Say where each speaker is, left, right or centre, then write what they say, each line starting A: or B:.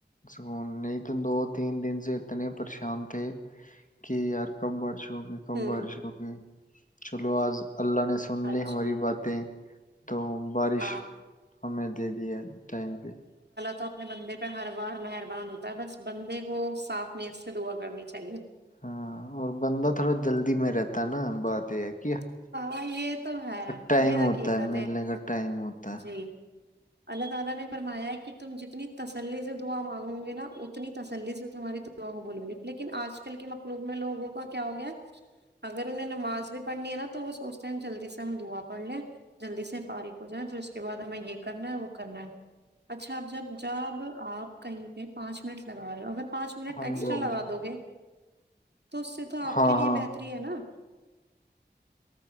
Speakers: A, on the left (about 45°); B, on the right (about 65°).
A: سکون نہیں تو دو تین دن سے اتنے پریشان تھے کہ یار کب بڑ چک گ
B: ہے
A: کم
B: ہوں
A: بارش ہوگی چلو آج اللہ نے سن لی
B: اچھا
A: ہماری باتیں <unintelligible>
B: <unintelligible>
A: بارش ہمیں دے دیا ٹائم پہ
B: اپنے بندے پہ ہر بار مہربان ہوتا ہے بس بندے کو صاف نیت سے دعا کرنی چاہیے <unintelligible>
A: ہاں اور بندہ تھوڑا جلدی میں رہتا ہے نا بات ایک <unintelligible>
B: <unintelligible>
A: ٹائم ہوتا ہے ملنے کا ٹائم ہوتا ہے
B: فرمایا کہ تم جتنی تسلی سے دعا مانگو گے نا اتنی تسلی سے تمہاری دعا کو بولو گی لیکن آج کل کے مقلوب میں لوگوں کا کیا ہو گیا اگر انہیں نماز بھی پڑھنی ہے نا <unintelligible> تو وہ سوچتے ہیں جلدی سے ہم دعا پڑھ لیں جلدی سے فارغ ہو جائیں پھر اس کے بعد ہمیں یہ کرنا ہے وہ کرنا ہے اچھا اب جب جب آپ <unintelligible> کہیں کہیں پانچ منٹ لگا رہے ہو اگر پانچ منٹ
A: ہاں
B: ایکسٹرا
A: جی ہاں
B: لگا
A: جی
B: دو گے تو اس سے تو آپ
A: ہاں
B: کے لیے
A: ہاں
B: بہتری ہے نا <unintelligible>